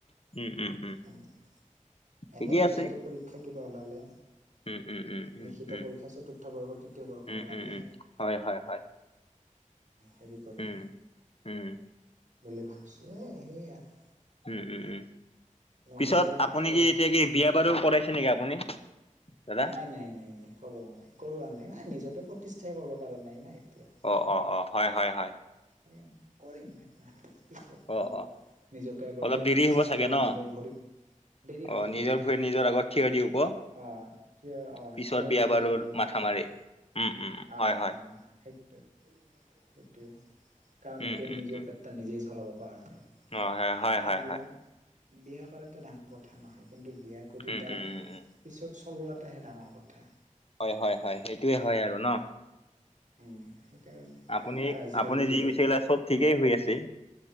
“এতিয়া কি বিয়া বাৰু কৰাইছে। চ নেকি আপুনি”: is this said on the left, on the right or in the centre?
Left